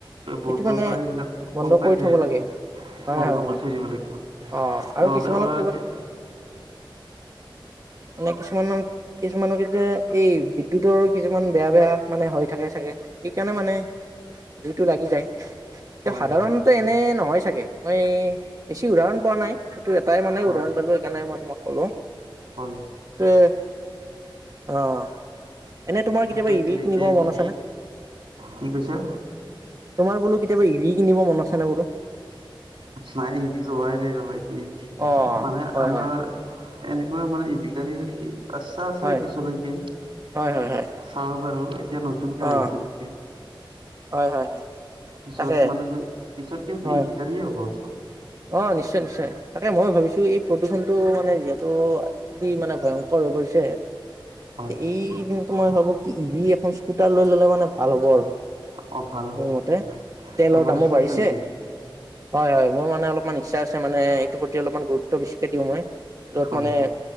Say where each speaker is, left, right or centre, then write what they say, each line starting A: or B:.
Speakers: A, on the right; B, on the right.
A: বৰ্ডাৰ
B: এইটো মানে
A: পৰা সেইগিলাক
B: বন্ধ
A: হলকাই
B: কৰি
A: থৈ
B: থ'ব
A: দিব
B: লাগে
A: লাগিব,
B: হয়
A: বন্ধ
B: হয় হয়
A: কৰি থৈ দিব লাগিব,
B: অ', আৰু
A: নহলে
B: কিছুমানত
A: অৰে ৰাতি
B: নে কিছুমানত কিছুমানক এতিয়া এই বিদ্যুৎৰো কিছুমান বেয়া বেয়া মানে হৈ থাকে চাগে সেইকাৰণে মানে টো লাগি যায় তে
A: হয়
B: সাধাৰণতে
A: হয়
B: এনে নহয় চাগে মই বেছি উদাহৰণ পোৱা নাই এটাই মানে
A: হয়
B: উদাহৰণ পালো সেইকাৰণে মই তোমাক কলো
A: হয়
B: ত অ এনে তোমাৰ
A: তাকেইতো
B: কেতিয়াবা ইৰি
A: এতিয়া
B: কিনিব মন
A: বি
B: আছেনে
A: কি কৈছা
B: তোমাৰ বোলো কেয়াবা এৰি কিব মনত আছে ন বো
A: নাই ইবি লোৱাই নাই লহাইতি ইবি
B: অ
A: মানে
B: হয়
A: আমাৰ
B: হয়
A: এনেকুৱা মানে ই বিগী আচ্ছা আছে
B: হয়
A: পিছলৈকে
B: হয় হয় হয়
A: চাওঁ বাৰু এতিয়া নতুন আহিছে
B: অ
A: পুছে
B: হয় হয় হয়
A: পিছত
B: তাকে
A: মানে যে পিছত কিন্তু
B: হয়
A: ই বিগিয় হ'ব চব
B: অ নিশ্চয় নিশ্চয় তাকে মই ভাবিছো এই প্ৰদূষণতটো মানে যিহেতু অতি মানে ভয়ংকৰ হৈ পৰিছে
A: হয়
B: এই মই ভাবো কি ইৰি এখন স্কুটাৰ লৈ ল'লে মানে ভাল হ'ব আৰু
A: অ ভাল
B: মোৰ
A: ভাল
B: মতে তেলৰ
A: তোমাৰ
B: দামো
A: ইচ্ছা
B: বাঢ়িছে
A: আছে নেকি
B: হয় হয় মোৰানে অলপ অলপমান ইচ্ছা আছে মানে এইটো প্ৰতি অলপমান গুৰুত্ব বেছিকে দিওঁ মই ৰত
A: হয়
B: মানে